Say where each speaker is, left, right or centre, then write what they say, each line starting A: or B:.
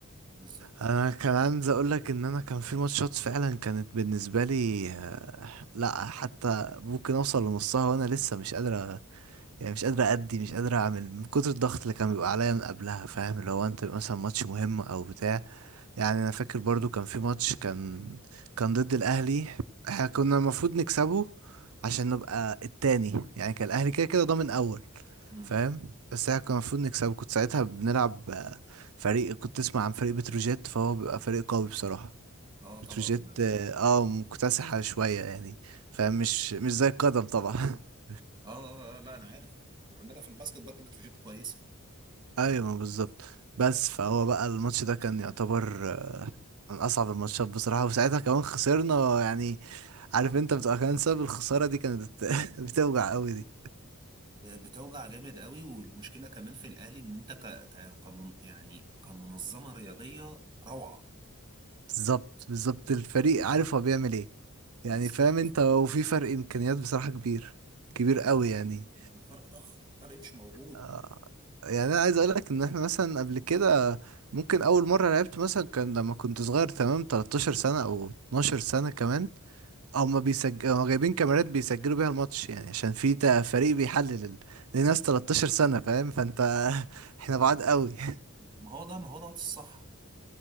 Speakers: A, on the right; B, on the right.
A: بالظبط
B: انا كان عايز اقول لك ان انا كان في ماتشات فعلا كانت بالنسبة لي آه، لا حتى ممكن اوصل لنصها وانا لسه مش قادر يعني مش قادر أدي مش قادر أعمل من كتر الضغط اللي كان بيبقى عليا من قبلها فاهم اللي هو أنت مثلا ماتش مهم أو بتاع يعني أنا فاكر برضو كان في ماتش كان كان ضد الأهلي احنا كنا المفروض نكسبه عشان نبقى التاني يعني كان الأهلي كده كده ضامن أول
A: امم
B: فاهم بس احنا كنا المفروض نكسبه كنت ساعتها بنلعب آه، فريق كنت تسمع عن فريق بتروجيت فهو بيبقى فريق قوي بصراحة
A: اه طبعا
B: بتروجيت اه آه، مكتسحة شوية يعني فاهم مش مش زي القدم طبعا <laughs>
A: آه, آه, اه لا انا عارف احنا عندنا في الباسكت برضه بتروجيت كويسه
B: ايوه بالظبط بس فهو بقى الماتش ده كان يعتبر آه، من اصعب الماتشات بصراحه وساعتها كمان خسرنا يعني عارف انت بتبقى كمان سبب الخساره دي كانت <laughs> بتوجع قوي دي
A: بتوجع جامد قوي والمشكله كمان في الاهلي ان انت ك... ك- كمن... يعني كمنظمه رياضيه روعه
B: بالظبط بالظبط الفريق عارف هو بيعمل ايه يعني
A: بالظبط
B: فاهم انت وفي فرق امكانيات بصراحه كبير كبير
A: لا
B: قوي
A: لا لا لا-
B: يعني
A: لا- لا، فرق ضخم فرق مش موجود
B: آه، يعني انا عايز اقول لك ان احنا مثلا قبل كده ممكن اول مره لعبت مثلا كان لما كنت صغير تمام 13 سنه او 12 سنه كمان هما بيسجلوا جايبين كاميرات بيسجلوا بيها الماتش يعني عشان في تا- فريق بيحلل ال- لناس 13 سنة فاهم فانت <laughs> احنا بعاد
A: والله.
B: قوي <laughs>
A: ما هو ده ما هو دوت الصح